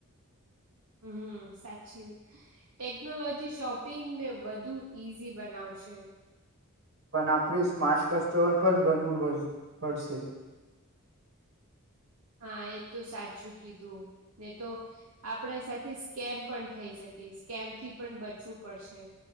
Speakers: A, on the right; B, on the right.
A: હમ સાચું ટેકનોલોજી શોપિંગને વધુ ઈઝી બનાવશે
B: પણ આપણી સ્માર્ટ કસ્ટમર પણ બનવું પડ પડશે
A: હા એ તો સાચું કીધું ને તો આપડે સાથે સ્કેમ પણ થઈ શકે સ્કેમથી પણ બચવું પડશે